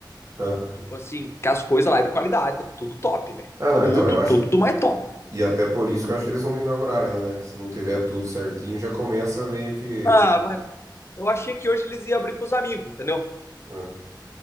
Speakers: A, on the right; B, on the left.
A: Ah,
B: Tipo assim, que as coisas lá é de qualidade. Tudo top, velho.
A: Ah, não,
B: Tudo,
A: então, eu acho
B: tudo do mais top.
A: E até por isso que eu acho que eles não inauguraram ainda, né? Se não tiver tudo certinho, já começa meio que.
B: Ah, vai. Eu achei que hoje eles iam abrir pros amigos, entendeu?
A: ah,